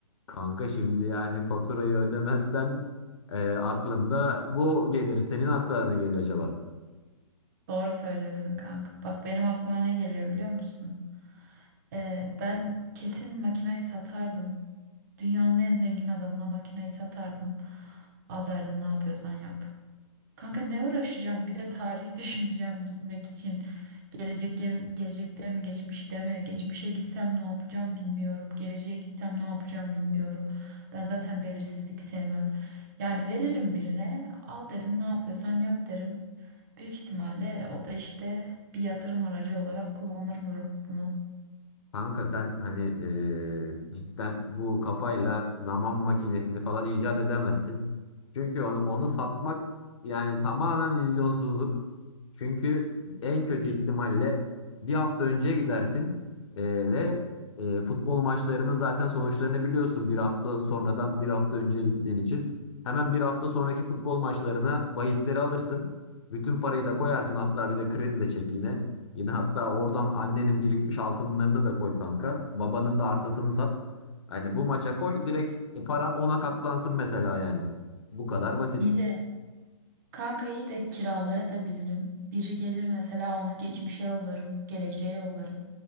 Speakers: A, on the left; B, on the right.
A: kanka şimdi yani faturayı ödemezsen e, aklında bu gelir. Senin aklına ne geliyor acaba?
B: Doğru söylüyorsun kanka. Bak benim aklıma ne geliyor biliyor musun? Ee, ben kesin makinayı satardım. Dünyanın en zengin adamına makinayı satardım. Al derdim ne yapıyorsan yap. Kanka ne uğraşacağım? Bir de tarih <laughs> düşüneceğim gitmek için. Gelecek gelecekte mi, geçmişte mi? Geçmişe gitsem ne yapacağım bilmiyorum. Geleceğe gitsem ne yapacağım bilmiyorum. Ben zaten belirsizlik sevmem. Yani veririm birine, al derim ne yapıyorsan yap derim. Büyük ihtimalle o da işte bir yatırım aracı olarak kullanır bunu. bunu.
A: Kanka sen hani eee, cidden bu kafayla zaman makinesini falan icat edemezsin. Çünkü onu, onu satmak yani tamamen vizyonsuzluk. Çünkü en kötü ihtimalle bir hafta önceye gidersin eee, ve eee, futbol maçlarının zaten sonuçlarını biliyorsun bir hafta sonradan bir hafta önceye gittiğin için. Hemen bir hafta sonraki futbol maçlarına bahisleri alırsın. Bütün parayı da koyarsın hatta bir de kredi de çek yine. Yine hatta oradan annenin birikmiş altınlarını da koy kanka. Babanın da arsasını sat. Hani bu maça koy direkt e, paran ona katlansın mesela yani. Bu kadar basit.
B: İyi de Kankayı da kiralayabilirim. Biri gelir mesela onu geçmişe yollarım, geleceğe yollarım.